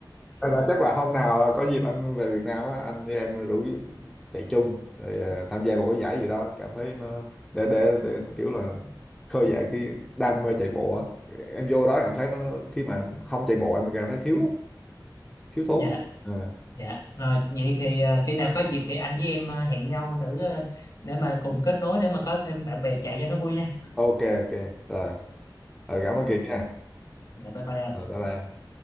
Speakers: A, in the centre; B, on the left.
A: Hay là chắc là hôm nào à, có dịp anh về Việt Nam á anh với em rủ chạy chung rồi ờ, tham gia một cái giải gì đó cảm thấy nó để để để kiểu là khơi dậy cái đam mê chạy bộ á em vô đó em thấy nó khi mà không chạy bộ em cảm thấy thiếu lắm thiếu thốn
B: dạ
A: lắm À,
B: dạ rồi vậy thì ờ, khi nào có dịp thì anh với em ờ, hẹn nhau thử ờ, để mà cùng kết nối để mà có thêm bạn bè chạy cho nó vui nha
A: ok ok rồi rồi cảm ơn
B: rồi
A: Kiệt nha
B: dạ, bye bye anh.
A: rồi bye bye